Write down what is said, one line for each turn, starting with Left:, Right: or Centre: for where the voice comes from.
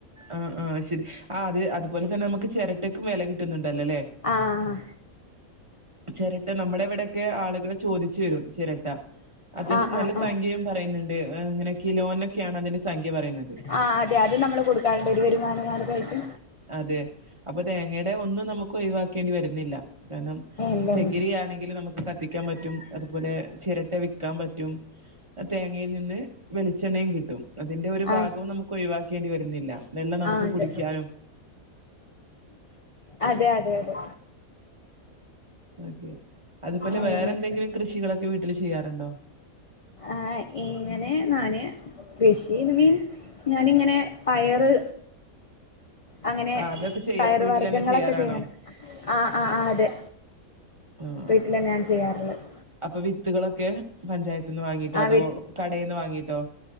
Right: ആഹ് ആഹ് ശെരി ആ അത് അതുപോലെ തന്നെ നമുക്ക് ചെരട്ടക്കും വെല കിട്ടുന്നുണ്ടല്ലോ ലേ.
Left: ആഹ്.
Right: ചെരട്ട നമ്മുടെ ഇവ്ടൊക്കെ ആളുകള് ചോദിച്ചു വരും ചിരട്ട. അത്യാവശ്യം
Left: ആ
Right: നല്ല
Left: ആ
Right: സംഖ്യയും
Left: ആ
Right: പറയുന്നുണ്ട് അങ്ങനെയൊക്കെ ഈ കിലോനൊക്കെയാണ് അതിന്റെ സംഖ്യ പറയുന്നത്.
Left: ആ അതെ അത് നമ്മൾ കൊടുക്കറുണ്ട് ഒരു വരുമാനമാർഗയിട്ട്
Right: അതെ അപ്പൊ തേങ്ങടെ ഒന്നും നമുക്ക് ഒഴിവാക്കേണ്ടി വരുന്നില്ല കാരണം
Left: ഉണ്ടല്ലോ
Right: ചെകിരിയാണെങ്കിൽ നമുക്ക് കത്തിക്കാൻ പറ്റും അതുപോലെ ചിരട്ട വിക്കാൻ പറ്റും. തേങ്ങയിൽ നിന്ന് വെളിച്ചെണ്ണയും കിട്ടും അതിന്റെ ഒരു ഭാഗവും
Left: ആ
Right: നമുക്ക് ഒഴിവാക്കേണ്ടി വരുന്നില്ല. വെള്ള നമുക്ക്
Left: ആ അതെ
Right: കുടിക്കാനും.
Left: അതെ അതെ അതെ
Right: ഓക്കെ അതുപോലെ
Left: അങ്ങനൊക്കെ
Right: വേറെ എന്തെങ്കിലും കൃഷികളൊക്കെ വീട്ടിൽ ചെയ്യാറുണ്ടോ?
Left: ആഹ് എങ്ങനെ നാന്. കൃഷി മീൻസ് ഞാനിങ്ങനെ പയറ് അങ്ങനെ
Right: ആഹ് അതൊക്കെ ചെയ്യാ
Left: ഫയർ
Right: വീട്ടിലെന്നെ
Left: വർഗങ്ങളൊക്കെ
Right: ചെയ്യാറാണോ?
Left: ചെയ്യാണ് ആ ആ ആ അതെ.
Right: ആഹ
Left: വീട്ടിൽന്ന ഞാൻ ചെയ്യാറുള്ളത്.
Right: അപ്പൊ വിത്തുകളൊക്കെ പഞ്ചായത്ത നിന്ന് വാങ്ങിട്ടോ
Left: ആ
Right: അതോ
Left: വി
Right: കടൽന്ന് വാങ്ങിട്ടോ?